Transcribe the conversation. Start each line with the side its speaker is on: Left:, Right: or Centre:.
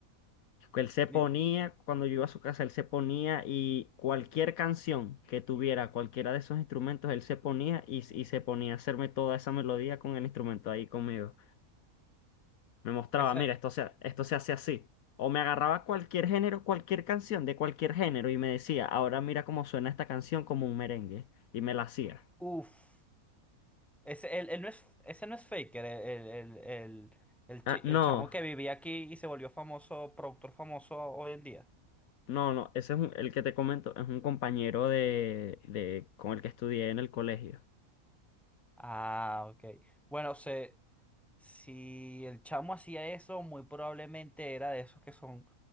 Left: que Él se ponía,
Centre: y
Left: cuando yo iba a su casa, él se ponía y cualquier canción que tuviera, cualquiera de esos instrumentos, él se ponía y, y se ponía a hacerme toda esa melodía con el instrumento ahí conmigo. Me mostraba,
Centre: ese,
Left: mira, esto se, esto se hace así. O me agarraba cualquier género, cualquier canción de cualquier género y me decía, ahora mira cómo suena esta canción como un merengue. Y me la hacía.
Centre: uf. Ese, él, él no es, ese no es Faker, el, el, el, el, el chi-
Left: Ah, no,
Centre: el chamo que vivía aquí y se volvió famoso, productor famoso hoy en día.
Left: no, no, ese es un- el que te comento, es un compañero de, de, con el que estudié en el colegio.
Centre: Ah, ok. Bueno, se, Si el chamo hacía eso, muy probablemente era de esos que son